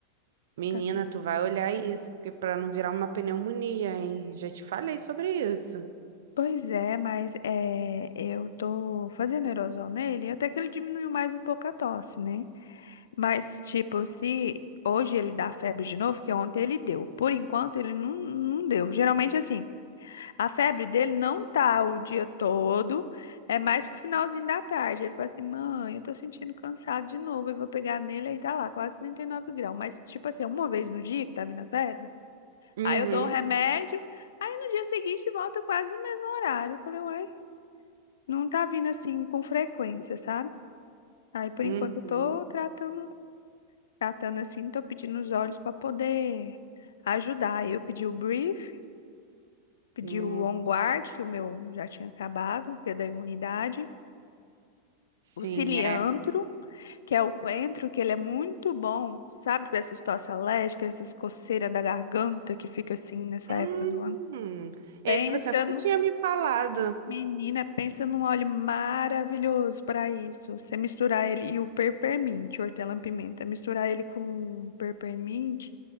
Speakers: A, on the right; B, on the left.
A: Menina,
B: tá. tudo-
A: tu vai olhar isso, porque para não virar uma pneumonia, hein? Já te falei sobre isso.
B: Pois é, mas é, eu tô fazendo aerosol nele, até que ele diminuiu mais um pouco a tosse, né? Mas, tipo, se hoje ele dá febre de novo, que ontem ele deu. Por enquanto, ele não, não deu. Geralmente, assim. A febre dele não tá o dia todo, é mais pro finalzinho da tarde. Ele fala assim: mãe, eu tô sentindo cansado de novo. Eu vou pegar nele aí tá lá, quase 39 graus. Mas, tipo assim, uma vez no dia que tá vindo a febre,
A: Uhum,
B: aí eu dou o remédio, aí no dia seguinte volta quase no mesmo horário. Eu falei: uai, não tá vindo assim com frequência, sabe? Aí por
A: uhum,
B: enquanto eu tô tratando, tratando assim, tô pedindo os olhos pra poder ajudar. Aí eu pedi o brief. Pedi
A: hum,
B: o Onguard, que o meu já tinha acabado, que é da imunidade.
A: sim,
B: O Ciliantro,
A: é.
B: que é o coentro, que ele é muito bom, sabe, para essas tosse alérgicas, essas coceiras da garganta que fica assim nessa
A: Hum,
B: época do ano.
A: esse
B: Pensa
A: você não tinha me falado.
B: Menina, pensa num óleo maravilhoso para isso. Você misturar ele e o peppermint, hortelã-pimenta, misturar ele com peppermint